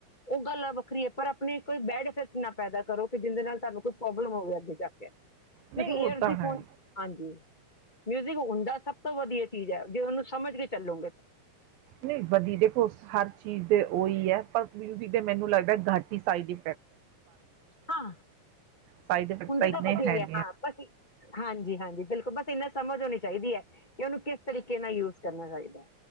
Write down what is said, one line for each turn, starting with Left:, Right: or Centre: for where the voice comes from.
Left: ਓ ਗੱਲ ਵੱਖਰੀ ਹੈ ਪਰ ਆਪਣੇ ਕੋਈ ਬੈਡ ਇਫੈਕਟ ਨਾ ਪੈਦਾ ਕਰੋ ਜਿੰਹਦੇ ਨਾਲ ਤਾਨੂੰ ਕੋਈ ਪ੍ਰੋਬਲਮ ਹੋਵੇ ਅੱਗੇ ਜਾ ਕੇ ਕਿਓ
Right: ਨਹੀਂ
Left: ਕਿ
Right: ਉਹ
Left: ਈਅਰਸ
Right: ਤਾਂ
Left: ਦੀ
Right: ਹੈ
Left: ਫੋਨ, ਹਾਂਜੀ। ਮਿਓਜ ਹੋੰ‍ਡਾ ਸਭ ਤੋਂ ਵਧੀਆ ਚੀਜ਼ ਐ ਜੇ ਓਨੂੰ ਸਮਝ ਕੇ ਚੱਲੋਗੇ ਤ।
Right: ਨਹੀਂ ਵਧੀ ਦੇਖੋ ਹਰ ਚੀਜ਼ ਦੇ ਓ ਹੀ ਹੈ ਪਰ ਮਿਊਜ਼ਿਕ 'ਮੈਨੂੰ ਲੱਗਦਾ ਘਾਟੀ ਸਾਈਡ ਇ
Left: ਹਾਂ,
Right: ਸਾਈਡ ਇਫੈਕਟ
Left: ਹੁੰਦੇ
Right: ਇੰਨੇ
Left: ਤਾਂ ਵਧੀਆ ਹੀ
Right: ਨਹੀਂ
Left: ਹੈ, ਹਾਂ ਬਸ ਹਾਂਜੀ, ਹਾਂਜੀ, ਬਿਲਕੁਲ ਬਸ ਇੰਨਾ ਸਮਝ ਹੋਣੀ ਚਾਹੀਦੀ ਐ ਓਨੂੰ ਕਿਸ ਤਰੀਕੇ ਨਾਲ ਯੂਜ਼ ਕਰਨਾ ਚਾਹੀਦਾ ਹੈ।